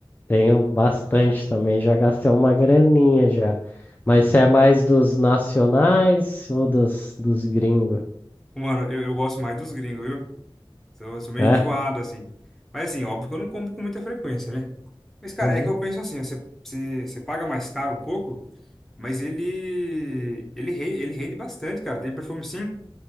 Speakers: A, on the left (about 20°); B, in the centre.
A: Tenho bastante também, já gastei uma graninha já. Mas você é mais dos nacionais ou dos, dos gringos?
B: Mano, eu, eu gosto mais dos gringos, viu? Sou, sou meio
A: É?
B: enjoado, assim. Mas, assim, óbvio que eu não compro com muita frequência, né? Mas, cara,
A: Uhum.
B: é que eu penso assim, ó, você, você, você paga mais caro um pouco. Mas ele, ele rende, ele rende bastante, cara. Tem perfume sim,